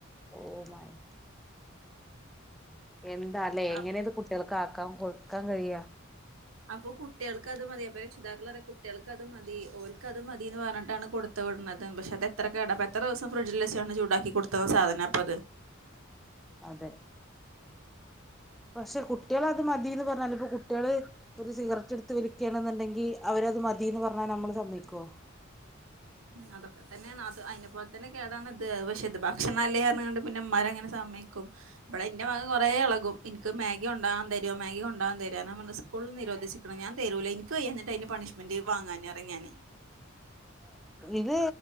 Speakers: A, in the centre; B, on the right.
A: ഓഹ് മയ് എന്താല്ലേ
B: അ-
A: എങ്ങനെ ഇത് കുട്ടികൾക്ക് ആക്കാം കൊടുക്കാൻ കഴിയാ.
B: അപ്പൊ കുട്ടികൾക്ക് അത് മതി അപ്പൊ രക്ഷിതാക്കൾപറഞ്ഞു കുട്ടികൾക്ക് അത് മതി ഓക്ക് അത് മതി എന്ന് പറഞ്ഞിട്ടാണ് കൊടുത്ത. പക്ഷെ അത്എത്ര കേടഅപ്പൊ എത്ര ദിവസം ഫ്രിഡ്ജിൽ വച്ചാണ് ചൂടാക്കി കൊടുത്തുന്ന സാധനം അപ്പൊ ഇത്.
A: അതെ. പക്ഷെ കുട്ടികൾ അത് മതിന്ന് പറഞ്ഞാൽ ഇപ്പ കുട്ടികള് ഒരു സിഗററ്റ് എടുത്ത് വലി,, ണെന്നുണ്ടെങ്കിൽ അവരത് മതിന്ന് പറഞ്ഞാൽ നമ്മള് സമ്മക്കോ.
B: അതൊക്കെ തന്നെ അതിനെ പോലെ തന്നെ കേടാണ് ഇത് പക്ഷെ ഇത് ഭക്ഷണം അല്ലേ പറഞ്ഞിക്കാണ്ട് പിന്നെ ഇമ്മമാരങ്ങനെ. സമയക്കും ഇവടെ എന്റെ മകൻ കുറേ ഇളകും. മാഗി ഉണ്ടാവാൻ തരോ മാഗി ഉണ്ടാൻ തരോ ഞാൻ പറഞ്ഞു സ്കൂളിൽ നിരോധിച്ചുക്കുണു ഞാൻ തരൂല എനിക്ക് വയ്യ അതിന്റെ പണിഷ്മെന്റ്. വാങ്ങാന പറയും ഞാന്.
A: ഇത്